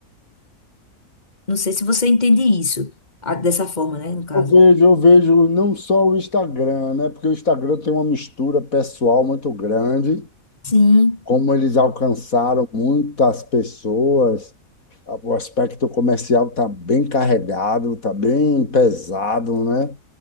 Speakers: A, on the left; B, on the left.
A: Não sei se você entende isso, ah, dessa forma, né, no caso.
B: Eu vejo, eu vejo não só o Instagram, né? Porque o Instagram tem uma mistura pessoal muito grande,
A: Sim.
B: como eles alcançaram muitas pessoas. O aspecto comercial está bem carregado, está bem pesado, né?